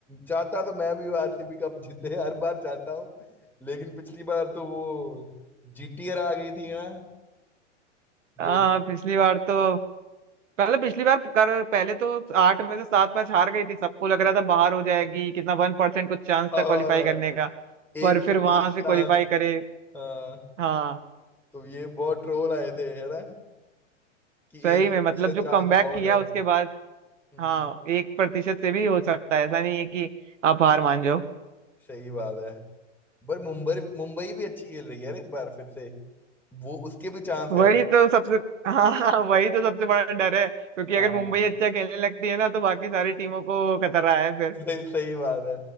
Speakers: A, in the centre; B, on the right (about 80°).
A: चाहता तो मैं भी आरसीबी कप जीते हर बार चाहता हूँ लेकिन पिछली बार तो वो जीटीआर आ गई थी ना जो
B: हाँ पिछली बार तो पहले पिछली बार कर पहले तो आठ में से सात मैच हार गई थी सबको लग रहा था बाहर हो जाएगी कितना वन परसेंट कुछ चांस
A: हाँ,
B: था क्वालिफाई करने का
A: एक
B: पर
A: प्रतिशत
B: फिर वहां से
A: चांस
B: क्वालिफाई करे
A: हाँ
B: हाँ
A: तो ये बहुत ट्रोल आए थे है ना कि
B: सही
A: एक
B: में
A: प्रतिशत
B: मतलब जो
A: चांस
B: कमबैक
A: बहुत
B: किया
A: है
B: उसके बाद
A: हम्म,
B: हाँ एक प्रतिशत से भी हो सकता है ऐसा नहीं है कि आप हार मान जाओ
A: सही बात है पर मुंबई मुंबई भी अच्छी खेल रही है यार इस बार फिर से वो उसके भी चांस
B: वही
A: है
B: तो सबसे हाँ हाँ वही तो सबसे बड़ा डर है क्योंकि
A: हाँ
B: अगर मुंबई अच्छा खेलने लगती है ना तो बाकी सारी टीमों को खतरा है फिर
A: सही सही बात है